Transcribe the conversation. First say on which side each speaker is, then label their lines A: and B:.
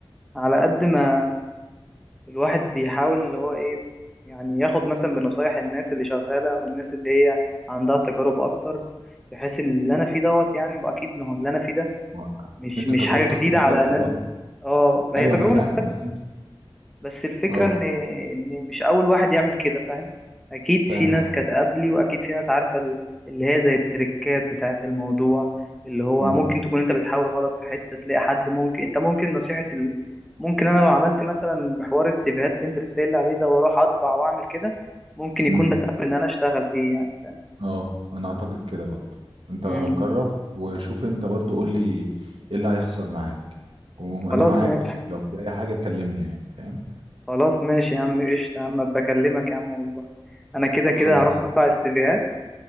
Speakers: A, in the centre; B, on the right.
A: على قد ما الواحد بيحاول اللي هو ايه يعني ياخد مثلا بنصايح الناس اللي شغاله والناس اللي هي عندها تجارب اكتر بحيث ان اللي انا فيه دوت يعني بقى اكيد ما هو اللي انا فيه ده
B: ما-
A: مش
B: انت
A: مش
B: تجربتك
A: حاجه جديده
B: مختلفة
A: على ناس
B: برضه
A: اه هي
B: ايوه
A: تجربه
B: انا فاهم بس انت
A: بس الفكرة
B: اه
A: ان ان مش اول واحد يعمل كده فاهم اكيد
B: فاهم
A: في ناس
B: قصدي
A: كانت قبلي واكيد في ناس عارفة ال- اللي هي زي التريكات بتاعة الموضوع اللي هو
B: امم
A: ممكن تكون انت بتحاول غلط في حتة تلاقي حد ممكن انت ممكن نصيحة ال... ممكن انا لو عملت مثلا بحوار السيفيهات اللي انت لسه قايل لي عليه ده واروح اطبع واعمل كده ممكن يكون
B: امم
A: ده سبب ان انا اشتغل فيه يعني فاهم
B: اه انا اعتقد كده برضه انت
A: مم.
B: جرب وشوف انت برضه قول لي ايه اللي هيحصل معاك وانا
A: خلاص
B: معاك
A: ماشي
B: لو في اي حاجة كلمني يعني فاهم
A: خلاص ماشي يا عم قشطة يا عم بكلمك يا عم والله انا كده كده
B: خلص
A: هروح
B: يا صاحبي
A: اطبع السيفيهات